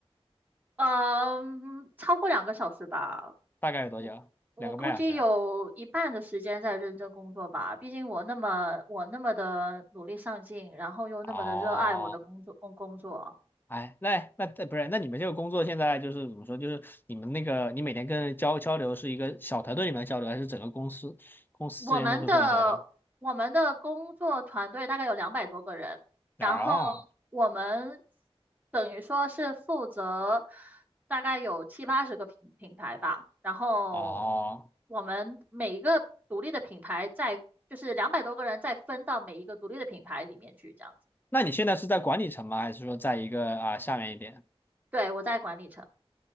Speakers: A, on the right (about 15°); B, on the left (about 20°).
A: 嗯，超过两个小时吧，
B: 大概有多久？
A: 我我估计有一半的时间在认真工作吧。
B: 两个半小时啊。
A: 毕竟我那么我那么的努力上进，然后又那么的热爱我的工作工作。
B: 哦，哎，那那那不是，那你们这个工作现在就是怎么说？就是你们那个，你每天跟交交流是一个小团队里面的交流，还是整个公司公司之间都会互相交流？
A: 我们的我们的工作团队大概有两百多个人，然后
B: 哦
A: 我们等于说是负责大概有七八十个品品牌吧，然后
B: 哦，
A: 我们每一个独立的品牌再就是两百多个人再分到每一个独立的品牌里面去，这样子。
B: 那你现在是在管理层吗？还是说在一个啊下面一点？
A: 对，我在管理层。